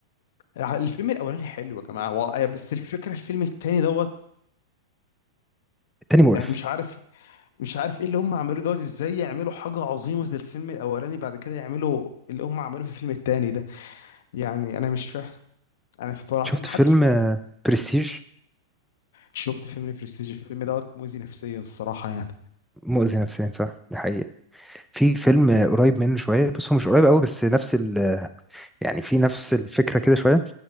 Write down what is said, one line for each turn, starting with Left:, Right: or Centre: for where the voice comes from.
Left: الفيلم الاولاني حلو يا جماعه و... آه، بس الفكره الفيلم التاني دوت
Centre: التاني مقرف
Left: يعني مش عارف مش عارف ايه اللي هم عملوه دوت ازاي يعملوا حاجه عظيمه زي الفيلم الاولاني بعد كده يعملوا اللي هم عملوه في الفيلم التاني ده يعني انا مش فاهم انا صراحه
Centre: شفت
Left: ما
Centre: فيلم
Left: حدش فاهم
Centre: برستيج
Left: شفت فيلم برستيج الفيلم دوت مؤذي نفسيا الصراحه يعني
Centre: مؤذي نفسيا صح دي حقيقة في فيلم آه، قريب منه شوية بس هو مش قريب قوي بس نفس ال آه، يعني في نفس الفكرة كده شوية